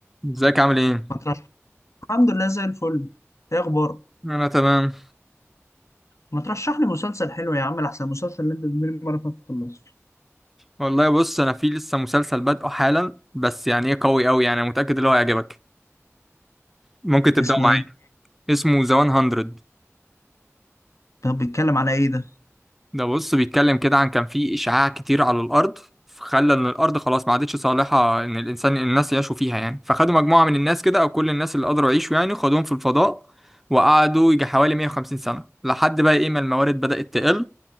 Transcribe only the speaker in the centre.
ازيك عامل ايه؟
انا تمام
والله بص انا في لسه مسلسل بادئه حالا بس يعني ايه قوي قوي يعني انا متاكد ان هو هيعجبك ممكن
تبداوا
معايا
اسمه ذا 100
ده بص بيتكلم كده عن كان في اشعاع كتير على الارض خلى ان الارض خلاص ما عادتش صالحه ان الانسان الناس يعيشوا فيها يعني فخدوا مجموعه من الناس كده او كل الناس اللي قدروا يعيشوا يعني خدوهم في الفضاء وقعدوا يجي حوالي 150 سنه لحد بقى ايه ما الموارد بدات تقل